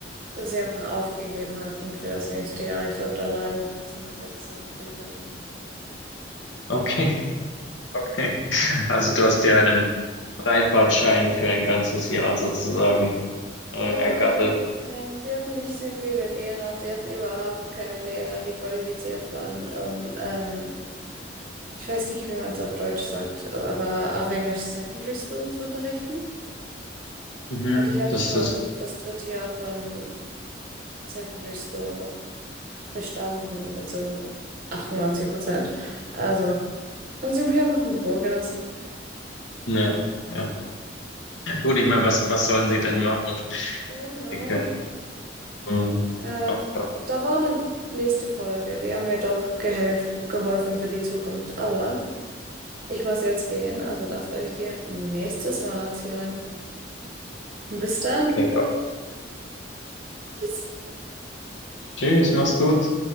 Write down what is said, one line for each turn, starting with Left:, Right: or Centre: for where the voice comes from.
Right: dass sie einfach aufgegeben hatten für das nächste Jahr. Ich durfte allein in einem Zimmer sitzen und Bücher lesen.
Left: Okay, <laughs> okay. Also
Right: <laughs>
Left: du hast dir einen Freifahrtschein für ein ganzes Jahr sozusagen äh,
Right: Ja,
Left: ergattert.
Right: ähm, sie hatten nicht sehr viele Lehrer und sie hatten überhaupt keine Lehrer, die qualifiziert waren, um, ähm, ich weiß nicht, wie man es auf Deutsch sagt, aber auf Englisch Secondary School zu unterrichten.
Left: Mhm.
Right: Und ich hatte
Left: Das
Right: schon
Left: ist,
Right: das dritte Jahr von Secondary School bestanden mit so einem 98 Prozent. Also, dann sind wir einfach in Ruhe gelassen.
Left: ne, ja. Gut, ich meine, was, was sollen sie denn machen?
Right: Ja, genau.
Left: Die können. Mhm.
Right: Äh,
Left: Ach, das
Right: da war eine nächste Folge, die haben mir doch gehelf geholfen für die Zukunft. Aber ich muss jetzt gehen, also das werde ich dir nächstes Mal erzählen. Bis dann.
Left: klingt auch.
Right: Tschüss.
Left: Tschüss, mach's gut.